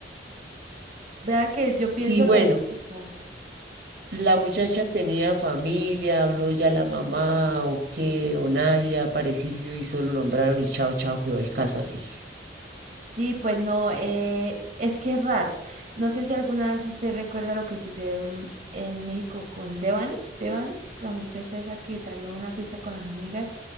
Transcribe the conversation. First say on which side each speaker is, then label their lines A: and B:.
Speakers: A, on the right (about 45°); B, on the right (about 60°).
A: Vea que yo pienso
B: Y bueno,
A: lo mismo.
B: la muchacha tenía familia, habló ya la mamá o qué, o nadie ha aparecido y solo nombraron y chao, chao, quedó el caso así.
A: Sí, pues no, eh, es que es raro. No sé si alguna vez usted recuerda lo que sucedió en, en México con Devani, Devani, la muchacha esa que salió a una fiesta con las amigas,